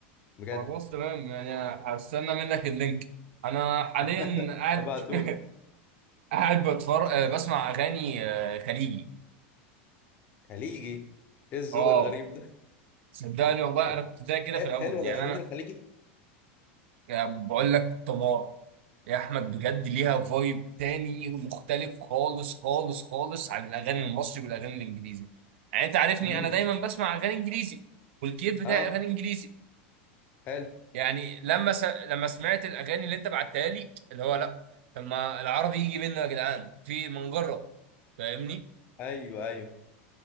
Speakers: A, on the left; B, on the right.
A: بجد
B: خلاص تمام يعني هستنى منك اللينك انا حاليا
A: <laughs>
B: قاعد
A: هبعته لك
B: <laughs> قاعد بتفرج بسمع اغاني آه، خليجي
A: خليجي ايه الذوق
B: اه
A: الغريب ده
B: صدقني والله
A: طب
B: انا كنت زي كده
A: ح-
B: في الاول
A: حلوة الأغاني
B: يعني انا
A: الخليجي
B: يعني بقول لك تمار يا احمد بجد ليها فايب تاني مختلف خالص خالص خالص عن الاغاني المصري والاغاني الانجليزي يعني انت عارفني
A: امم
B: انا دايما بسمع اغاني انجليزي والكيف بتاعي
A: اه
B: اغاني انجليزي
A: حلو
B: يعني لما س... لما سمعت الاغاني اللي انت بعتها لي اللي هو لا طب ما العربي يجي منه يا جدعان في ما نجرب فاهمني
A: ايوه ايوه